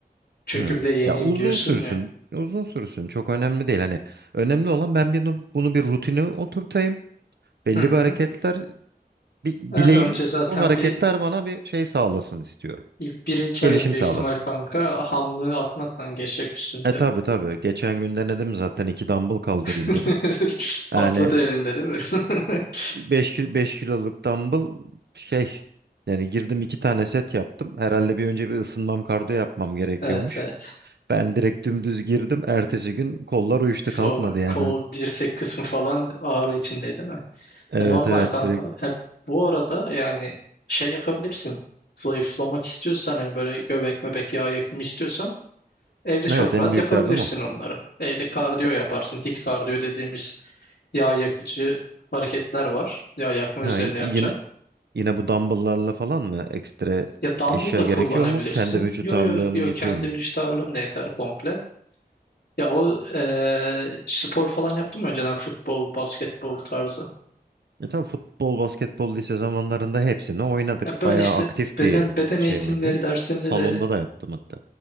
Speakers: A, on the left; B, on the right.
A: Çünkü
B: Hı.
A: bir de yeniyim
B: Ya uzun
A: diyorsun
B: sürsün.
A: ya.
B: Uzun sürsün. Çok önemli değil. Hani önemli olan ben bir, bunu bir rutine oturtayım. Belli
A: Hı
B: bir
A: hı.
B: hareketler bi- bileyim
A: E, önce zaten
B: bu hareketler
A: bir
B: bana bir şey sağlasın istiyorum.
A: ilk bir iki
B: Gelişim
A: ayın büyük
B: sağlasın.
A: ihtimal kanka hamlığı atmakla geçecek üstünde.
B: E tabii tabi. Geçen gün denedim zaten iki dumbbell kaldırayım
A: <laughs>
B: dedim. Yani
A: Patladı elinde değil mi? <laughs>
B: 5 5 kiloluk dumbbell şey yani girdim iki tane set yaptım. Herhalde bir önce bir ısınmam kardiyo yapmam gerekiyormuş.
A: Evet evet.
B: Ben direkt dümdüz girdim. Ertesi gün kollar uyuştu
A: İşte
B: kalkmadı
A: O
B: yani.
A: kol dirsek kısmı falan ağrı içindeydi değil mi?
B: Evet
A: Ya normal
B: evet
A: kanka.
B: direkt.
A: Hep bu arada yani şey yapabilirsin. Zayıflamak istiyorsan hani böyle göbek mebek yağ yakımı istiyorsan evde çok
B: Evet en
A: rahat
B: büyüklerdim
A: yapabilirsin
B: o.
A: onları. Evde kardiyo
B: İşte,
A: yaparsın. hit kardiyo dediğimiz yağ yakıcı hareketler var. Yağ yakma
B: Ha,
A: üzerine
B: y-
A: yapacağın.
B: yine Yine bu dumbbell'larla falan mı? Ekstra
A: Ya dumbbell
B: eşya
A: da
B: gerekiyor
A: kullanabilirsin.
B: mu? Kendi vücut
A: Yo
B: ağırlığım
A: yo yo
B: yetiyor
A: kendi
B: mu?
A: vücut ağırlığın da yeter komple. Ya o eee, spor falan yaptın mı önceden futbol, basketbol tarzı?
B: E tabii futbol, basketbol lise zamanlarında hepsini oynadık.
A: Ya böyle
B: Bayağı
A: işte
B: aktif
A: beden
B: bir
A: beden
B: şey
A: eğitimleri
B: vardı.
A: dersinde
B: Salonda
A: de
B: da yaptım hatta.